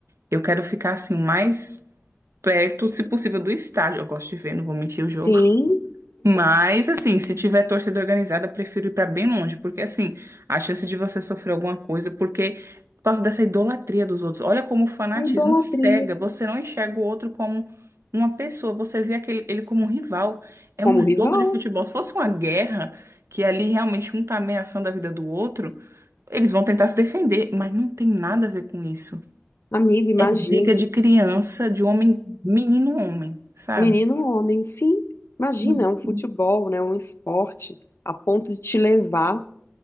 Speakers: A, on the right; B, on the left.
A: Eu quero ficar assim o mais perto, se possível, do estádio. Eu gosto de ver, não vou mentir o
B: Sim,
A: jogo. Mas assim, se tiver torcida organizada, eu prefiro ir pra bem longe, porque assim, a chance de você sofrer alguma coisa, porque por causa dessa idolatria dos outros. Olha como o fanatismo
B: a idolatria
A: cega. Você não enxerga o outro como uma pessoa, você vê aquele ele como um rival. É
B: como
A: um
B: rival.
A: jogo de futebol. Se fosse uma guerra, que ali realmente um tá ameaçando a vida do outro, eles vão tentar se defender, mas não tem nada a ver com isso.
B: Amiga, imagina,
A: Dica de criança, de homem, menino homem, sabe?
B: menino ou homem, sim, imagina,
A: Uhum.
B: é um futebol, né, um esporte, a ponto de te levar